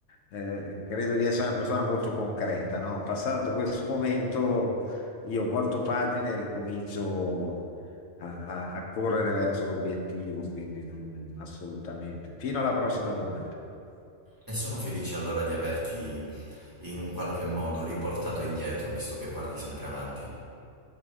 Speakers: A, on the left; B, on the right.
A: eh, credo di essere una persona molto concreta, no? Passato questo momento, io volto pagina e ricomincio a, a- a correre verso l'obiettivo, quindi non- assolutamente. Fino alla prossima domanda.
B: E sono felice allora di averti in un qualche modo riportato indietro, visto che guardi sempre avanti.